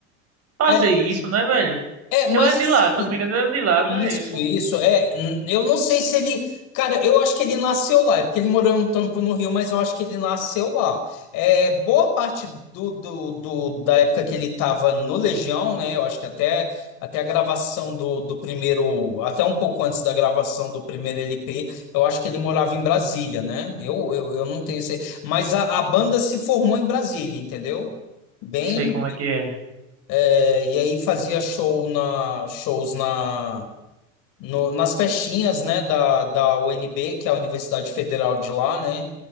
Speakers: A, on the right (about 35°); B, on the left (about 50°).
A: fazer
B: É,
A: isso, né, velho?
B: é, mas
A: Que ele é de
B: assim,
A: lá, se eu não me engano, ele é de lá, né?
B: Isso,
A: Isso eu
B: isso. É, n- eu não sei se ele. Cara, eu acho que ele nasceu lá, é porque ele morou um tempo no Rio, mas eu acho que ele nasceu lá. É, boa parte do, do, do- da época que ele estava no Legião, né? Eu acho que até, até a gravação do, do primeiro. Até um pouco antes da gravação do primeiro LP, eu acho que ele morava em Brasília, né? Eu, eu, eu não tenho certeza. Mas a, a banda se formou em Brasília, entendeu? Bem,
A: não sei como é que é.
B: é, e aí fazia show na, shows na no- nas festinhas, né, da, da UNB, que é a Universidade Federal de lá, né?